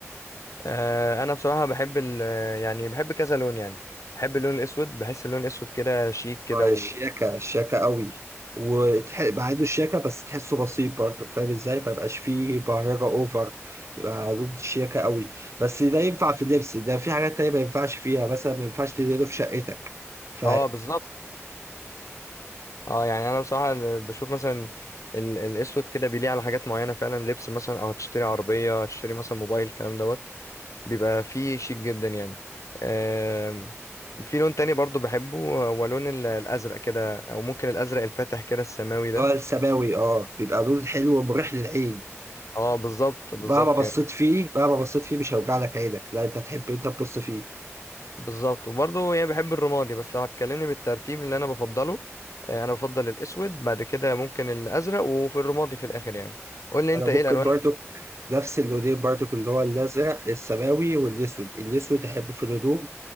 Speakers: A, on the left; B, on the right.
A: آه، انا بصراحه بحب ال... آه، يعني بحب كذا لون يعني بحب اللون الاسود بحس اللون الاسود كده شيك كده و...
B: الشياكة الشياكة قوي وبعيدوا الشياكة بس تحسه بسيط برضه فاهم ازاي مبقاش فيه بهرجة اوفر يبقى ضد الشياكة قوي بس ده ينفع في اللبس ده في حاجات تانية ما ينفعش فيها مثلا ما ينفعش تدهنه في شقتك فحسب
A: اه بالظبط اه يعني انا بصراحه بشوف مثلا ال- الاسود كده بيليق على حاجات معينه فعلا لبس مثلا او هتشتري عربيه هتشتري مثلا موبايل الكلام دوت بيبقى فيه شيك جدا يعني آم، في لون تاني برضو بحبه هو لون ال- الازرق كده او ممكن الازرق الفاتح كده السماوي
B: اللي
A: ده
B: هو السماوي اه بيبقى لون حلو ومريح للعين
A: اه بالظبط بالظبط
B: مهما بصيت
A: يعني
B: فيه مهما بصيت فيه مش هيوجع لك عينك لا انت تحب انت تبص فيه
A: بالظبط وبرضو يعني بحب الرمادي بس لو هتكلمني بالترتيب اللي انا بفضله آه، انا بفضل الاسود بعد كده ممكن الازرق وفي الرمادي في الاخر يعني قول لي انت
B: انا ممكن
A: ايه الالوان
B: برضه نفس اللونين برضو اللي هو الازرق السماوي والاسود الاسود احبه في الهدوم